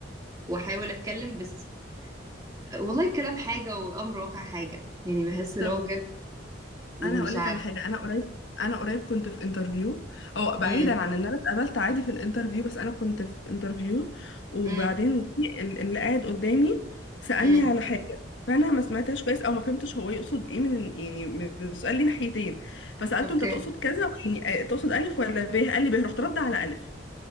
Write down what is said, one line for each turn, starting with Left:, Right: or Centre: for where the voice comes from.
Right: واحاول اتكلم بس والله الكلام حاجة والامر واقع حاجة يعني بحس
Left: <laughs>
Right: اللي
Left: طب
Right: هو بجد مش
Left: انا هقول لك
Right: عارف
Left: على حاجه انا قريب انا قريب كنت في انترفيو او بعيدا
Right: امم
Left: عن ان انا اتقابلت عادي في الانترفيو بس انا كنت في انترفيو وبعدين
Right: امم
Left: في ال- اللي قاعد قدامي سالني
Right: امم
Left: على حاجه فانا ما سمعتهاش كويس او ما فهمتش هو يقصد ايه من يعني من السؤال ليه ناحيتين فسالته
Right: اوكي
Left: انت تقصد كذا يعني آه، تقصد الف ولا ب قال لي ب رحت رد على الف